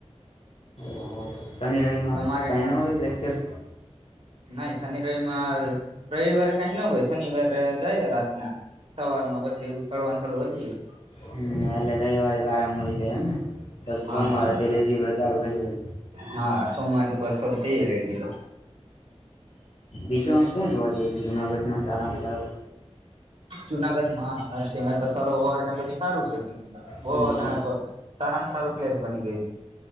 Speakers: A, on the left (about 65°); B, on the right (about 70°).
A: ઓહો શનિ રવિમાં
B: તમારે
A: કાંઈ ન હોય લેક્ચર?
B: ના ઈ શનિ રવિમાં રવિવારે કાંઈ ન હોય. શનિવારે જાયે રાતના. સવારમાં પછી સડવાન સાલું કર દઈએ.
A: હમ્મ. એટલે રવિવારે એક આરામ મલી જાય એમને. પછ
B: હા
A: સોમવારેથી
B: હા
A: રેગ્યુલર ચાલુ થઇ જાય.
B: હા, સોમ શર થઈ જાય રેગ્યુલર.
A: બીજું આમ શું જોવા જેવું છે જુનાગઢમાં સારામાં સારું?
B: જુનાગઢમાં નરસિંહ મહેતા સરોવરને બધું સારું છે તહીંયા. બોવ
A: હમ
B: અટાણે તો સારામાં સારું પ્લેસ બની ગય